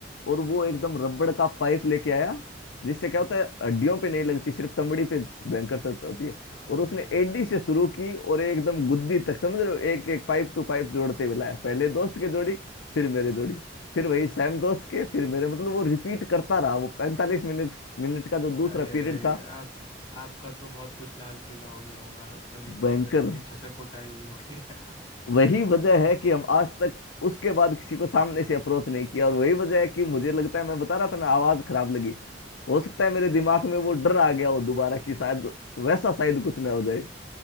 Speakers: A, on the left; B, on the left.
A: और वो एकदम रबड़ का पाइप लेके आया जिससे क्या होता है हड्डियों पे नहीं लगती सिर्फ चमड़ी पे भयंकर चोट होती है
B: अरे
A: और उसने एडी से शुरू की और एकदम गुद्दी तक समझ रहे हो एक एक पाइप टू पाइप जोड़ते हुए लाया पहले दोस्त के जोड़ी फिर मेरे जोड़ी फिर वही सैम दोस्त के फिर मेरे मतलब वो रिपीट करता रहा वो पैंतालीस मिनट मिनट का जो दूसरा
B: अरे अरे
A: पीरियड था
B: आप आपका तो बहुत कुछ लाल पीला हो गया होगा एकदम इतनी
A: भयंकर
B: अगर इतनी अच्छे से कुटाई हुई होगी <laughs>
A: वही
B: तो
A: वजह है कि हम आज तक उसके बाद किसी को सामने से अप्रोच नहीं किया और वही वजह है कि मुझे लगता है मैं बता रहा था ना आवाज खराब लगी हो सकता है मेरे दिमाग में वो डर आ गया हो दोबारा कि शायद वैसा शायद कुछ ना हो जाए